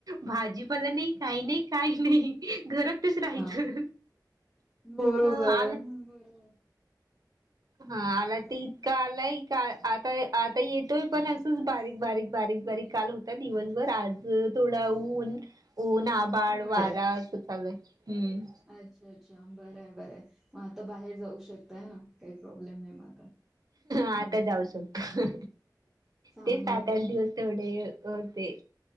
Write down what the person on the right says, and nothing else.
भाजीपाला नाही काही नाही. काही नाही घरातच
राहायचं.
आ
हा
आला
ते इतकं आलंय. का आता आता येतोय पण असंच बारीक बारीक बारीक बारीक काल होता दिवसभर आज थोडा ऊन ऊन आभाड
वारा
असं चालय हम्म.
आता जाऊ शकतो.
ते सात आठ दिवस तेवढे भरते.